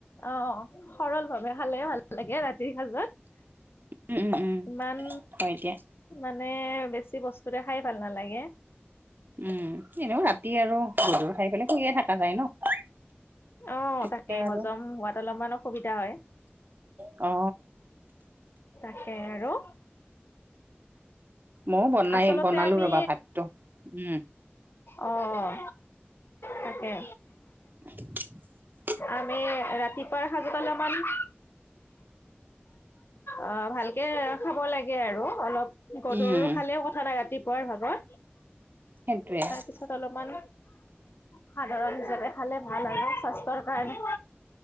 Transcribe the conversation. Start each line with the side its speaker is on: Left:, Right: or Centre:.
Left: অ সৰল ভাৱে খালে ভাল লাগে ৰাতিৰ সাজত।
Right: উম, উম, উম,
Left: ইমান
Right: হয় দিয়া
Left: মানে বেছি বস্তুৰে খাই ভাল নালাগে।
Right: উম। এনেও ৰাতি আৰু গধুৰ খাই পেলাই শুইয়ে থাকা যায় ন?
Left: অ
Right: তেতিয়া
Left: তাকে
Right: আৰু
Left: হজম হোৱাত অলপমান অসুবিধা হয়।
Right: অ।
Left: তাকে আৰু।
Right: মও বনাই
Left: আচলতে
Right: বনালো
Left: আমি
Right: ৰবা ভাতটো। উম।
Left: অঁ, তাকে।
Right: <unintelligible>
Left: আমে ৰাতিপুৱাৰ সাজত অলমান অ, ভালকে খাব লাগে আৰু অলপ। গধৰু
Right: উম
Left: খালে কথা নাই ৰাতিপুৱাৰ ভাগত।
Right: সেইটোৱে
Left: তাৰপিছত অলপমান সাধাৰণ হিচাপে খালে ভাল আৰু স্বাস্থ্যৰ কাৰণে।